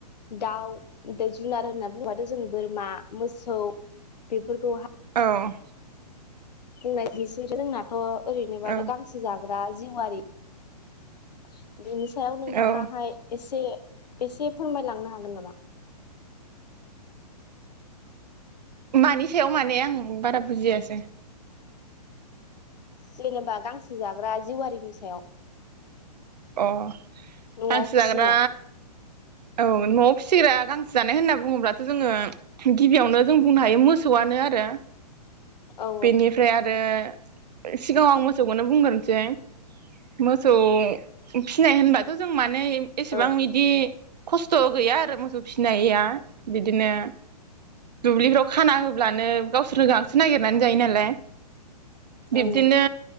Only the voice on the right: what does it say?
अह
औ
औ
मानि सायाव माने आं बारा बुजियासै
अ
हांसो
जाग्रा औ न'आव फिसिग्रा गांसो जानाय होनना बुङोब्लाथ' जोङो गिबियावनो जों बुंनो हायो मोसौआनो आरो
बेनिफ्राय आरो सिगाङाव आं मोसौखौनो बुंग्रोनोसै मोसौ फिनाय होनबाथ' जों मा माने एसेबां
बिदि खस्थ' गैया आरो मोसौ फिसिनाया बिदिनो दुब्लिफ्राव खाना होब्लानो गावसोरनो गांसो नागिर नानै जायोनालाय बिब्दिनो